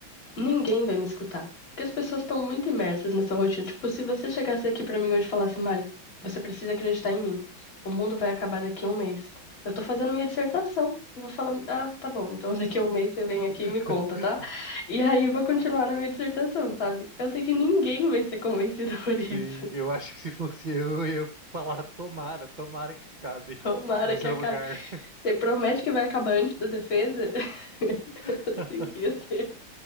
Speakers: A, on the left; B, on the right.
A: ninguém vai me escutar. Porque as pessoas estão muito imersas nessa rotina. Tipo, se você chegasse aqui pra mim hoje e falasse, Mari, você precisa acreditar em mim. O mundo vai acabar daqui a um mês. Eu tô fazendo minha dissertação. Eu vou falar, ah, tá bom, então <laughs> daqui a um mês você vem aqui
B: <laughs>
A: e me conta, tá? E aí eu vou continuar na minha dissertação, sabe? Eu sei que ninguém vai ser convencido por
B: Sim,
A: isso.
B: eu acho que se fosse eu, eu ia falar, tomara, tomara que acabe
A: <laughs> Tomara
B: no
A: que
B: seu
A: acabe.
B: lugar.
A: Você promete que vai acabar antes da defesa? <laughs>
B: <laughs>
A: Assim que ia ser.